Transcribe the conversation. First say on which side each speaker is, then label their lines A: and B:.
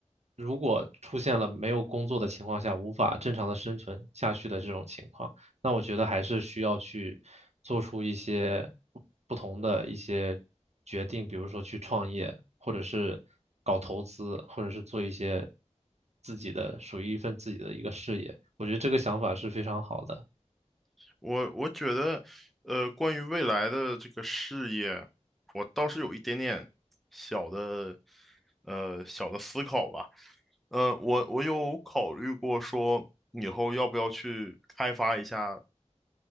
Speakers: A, on the right; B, in the centre.
A: 如果出现了没有工作的情况下无法正常的生存下去的这种情况。那我觉得还是需要去做出一些不不同的一些决定，比如说去创业，或者是搞投资，或者是做一些自己的属于一份自己的一个事业。我觉得这个想法是非常好的。
B: 我我觉得，呃，关于未来的这个事业，我倒是有一点点小的，呃，小的思考吧。呃，我我有考虑过说，以后要不要去开发一下，